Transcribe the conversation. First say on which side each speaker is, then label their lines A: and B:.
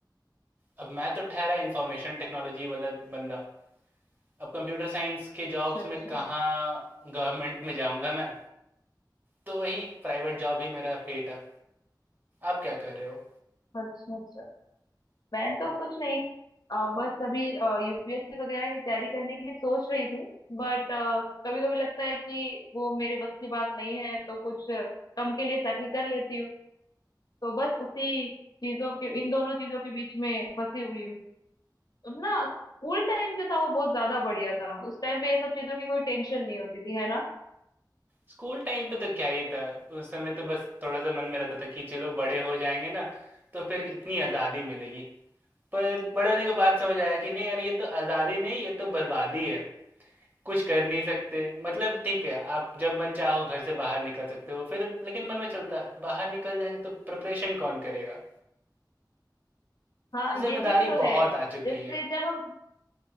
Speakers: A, on the right; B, on the left.
A: अब मैं तो ठहरा इंफॉर्मेशन टेक्नोलॉजी वाला बंदा अब कंप्यूटर साइंस के
B: अच्छा
A: जॉब्स
B: अच्छा
A: में कहाँ गवर्नमेंट में जाऊँगा मैं तो वही प्राइवेट जॉब ही मेरा फेट है आप क्या कर रहे हो
B: अच्छा अच्छा मैं तो कुछ नहीं अ, बस अभी यूपीएससी वगैरह की तैयारी करने की सोच रही थी बट कभी कभी लगता है कि वो मेरे बस की बात नहीं है तो कुछ कम के लिए सेटल कर लेती हूँ तो बस उसी चीजों के इन दोनों चीजों के बीच में फंसी हुई हूँ अपना स्कूल टाइम जो था वो बहुत ज्यादा बढ़िया था उस टाइम पे ये सब चीजों की कोई टेंशन नहीं होती थी है ना
A: स्कूल टाइम पे तो क्या ही था उस समय तो बस थोड़ा सा मन में रहता था कि चलो बड़े हो जाएंगे ना तो फिर इतनी आज़ादी मिलेगी पर बड़े होने के बाद समझ आया कि नहीं यार ये तो आज़ादी नहीं ये तो बर्बादी है कुछ कर नहीं सकते मतलब ठीक है आप जब मन चाहो घर से बाहर निकल सकते हो फिर लेकिन मन में चलता है बाहर निकल जाएंगे तो प्रिपरेशन कौन करेगा
B: हाँ
A: तो
B: ये
A: जिम्मेदारी
B: चीज तो
A: बहुत
B: है
A: आ चुकी
B: जैसे
A: है
B: जब हम